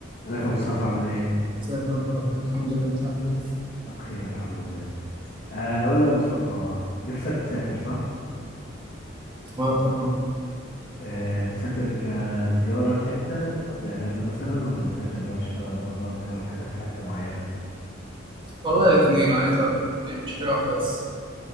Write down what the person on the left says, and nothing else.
ازيك يا مصطفى عامل ايه؟
أنا بخير الحمد لله آه قول لي يا مصطفى نفسك تسافر صح؟
آه تسافر كزيارة لحتة تقضي أجازة مثلا ولا تسافر اللي هو تشتغل بره وتكون حياتك في حتة معينة؟